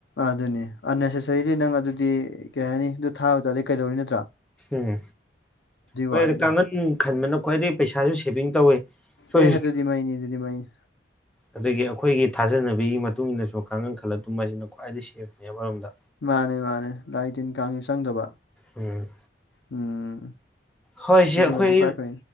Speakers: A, on the left (about 80°); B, in the centre.
A: ꯑꯗꯨꯅꯤ ꯑꯟꯅꯦꯁꯦꯁꯔꯤꯗꯤ ꯅꯪ ꯑꯗꯨꯗꯤ ꯀꯩ ꯍꯥꯏꯅꯤ ꯑꯗꯨ ꯊꯥꯕ ꯇꯥꯔꯗꯤ ꯀꯩꯗꯧꯔꯨꯅꯤ
B: ꯎꯝ ꯍꯣꯏ
A: ꯋꯥꯅꯤꯗ
B: ꯑꯗꯨ ꯀꯥꯡꯈꯟ ꯈꯟꯕꯅ ꯈ꯭ꯋꯥꯏꯗꯒꯤ ꯄꯩꯁꯥꯁꯨ ꯁꯦꯚꯤꯡ ꯇꯧꯋꯤ ꯁꯣꯏ
A: ꯑꯦ ꯑꯗꯨꯗꯤ ꯃꯩꯅꯤ ꯑꯗꯨꯗꯤ ꯃꯩꯅꯤ
B: ꯑꯗꯒꯤ ꯑꯩꯈꯣꯏꯒꯤ ꯊꯥꯖꯅꯕꯤꯒꯤ ꯃꯇꯨꯡ ꯏꯟꯅꯁꯨ ꯀꯥꯡꯈꯟ ꯈꯜꯂ ꯇꯨꯝ ꯍꯥꯏꯕꯁꯤꯅ ꯈ꯭ꯋꯥꯏ ꯁꯦꯐꯅꯦ ꯑꯃꯔꯣꯝꯗ
A: ꯃꯥꯅꯦ ꯃꯥꯅꯦ ꯂꯥꯏ ꯇꯤꯟ ꯀꯥꯡꯁꯨ ꯆꯪꯗꯕ
B: ꯎꯝ
A: ꯎꯝ
B: ꯍꯣꯏ ꯁꯦ
A: ꯑꯗꯨꯅꯗꯤ
B: ꯑꯩꯈꯣꯏ
A: ꯈ꯭ꯋꯥꯏ ꯐꯩ